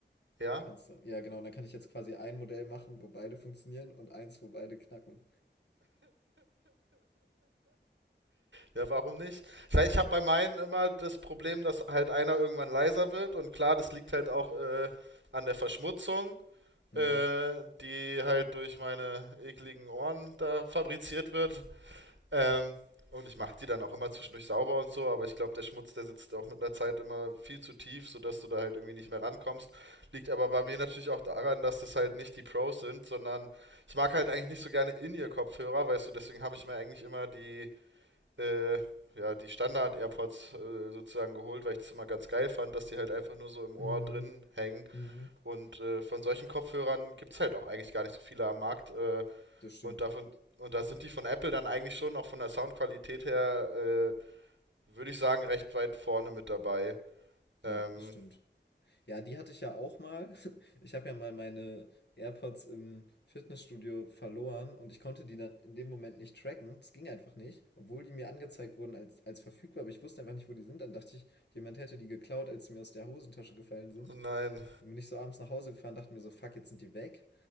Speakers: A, on the right (about 80°); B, on the left (about 65°).
A: Ja?
B: Kannst du. Ja, genau. Und dann kann ich jetzt quasi ein Modell machen, wo beide funktionieren und eins, wo beide knacken.
A: Ja, warum nicht? Ich weiß, ich habe bei meinen immer das Problem, dass halt einer irgendwann leiser wird und klar, das liegt halt auch äh, an der Verschmutzung,
B: Mhm.
A: äh, die halt durch meine ekligen Ohren da fabriziert wird. Ähm, und ich mache die dann auch immer zwischendurch sauber und so, aber ich glaube, der Schmutz, der sitzt auch mit einer Zeit immer viel zu tief, sodass du da halt irgendwie nicht mehr rankommst. Liegt aber bei mir natürlich auch daran, dass das halt nicht die Pros sind, sondern ich mag halt eigentlich nicht so gerne In-Ear-Kopfhörer, weißt du, deswegen habe ich mir eigentlich immer die äh, ja, die Standard-AirPods äh, sozusagen geholt, weil ich das immer ganz geil fand, dass die halt einfach nur so im
B: Mhm.
A: Ohr drin hängen.
B: Mhm.
A: Und äh, von solchen Kopfhörern gibt's halt auch eigentlich gar nicht so viele am Markt. Äh,
B: Das stimmt.
A: und davon, und da sind die von Apple dann eigentlich schon auch von der Soundqualität her, äh, würde ich sagen, recht weit vorne mit dabei. Ähm,
B: Ja, das stimmt. Ja, die hatte ich ja auch mal. <laughs> Ich habe ja mal meine AirPods im Fitnessstudio verloren und ich konnte die dann in dem Moment nicht tracken. Das ging einfach nicht, obwohl die mir angezeigt wurden als, als verfügbar, aber ich wusste einfach nicht, wo die sind. Dann dachte ich, jemand hätte die geklaut, als sie mir aus der Hosentasche gefallen sind.
A: oh nein.
B: Dann bin ich so abends nach Hause gefahren, dachte mir so, fuck, jetzt sind die weg.